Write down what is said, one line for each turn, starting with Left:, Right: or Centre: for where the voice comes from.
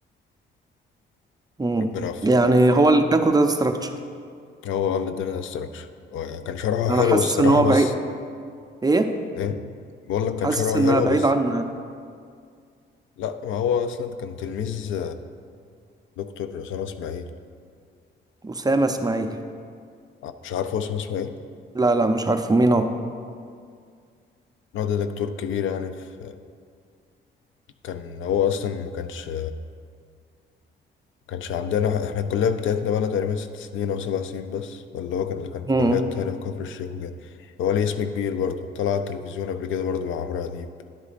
Right: مم.
Left: ربنا يوفقك
Right: يعني هو اللي اداكوا داتا ستراكشر
Left: هو اللي اداني الاستراكشر كان شرحه حلو
Right: انا حاسس
Left: الصراحة
Right: ان هو
Left: بس
Right: بعيد ايه
Left: ايه بقول لك كان
Right: حاسس
Left: شرحه
Right: انها
Left: حلو
Right: بعيد
Left: بس
Right: عنه يعني
Left: لا ما هو اصلا كان تلميذ دكتور اسامة اسماعيل
Right: اسامة اسماعيل
Left: آه، مش عارفه اسامة اسماعيل
Right: لا لا مش عارفه مين هو
Left: هو ده دكتور كبير يعني في كان هو اصلا ما كانش ما كانش عندنا احنا الكلية بتاعتنا بقى لها تقريبا ست سنين او سبع سنين بس ولا هو كان اللي كان
Right: مم.
Left: في كليات هنا في كفر الشيخ وكده هو ليه اسم كبير برضه طلع على التلفزيون قبل كده برضه مع عمرو اديب